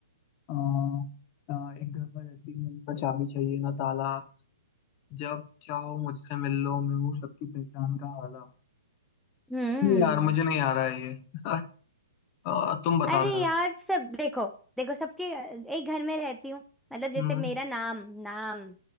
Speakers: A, on the left; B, in the centre.
A: आ, आ, एक घर पर रहती हूँ ना चाबी चाहिए ना ताला जब चाहो मुझसे मिल लो मैं हूँ सबकी पहचान का हाला
B: हम्म
A: नहीं यार मुझे नहीं आ रहा है ये <laughs> आ, तुम बता
B: अरे
A: दो यार
B: यार सब देखो देखो सबके एक घर में रहती हूँ मतलब
A: हम्म
B: जैसे मेरा नाम नाम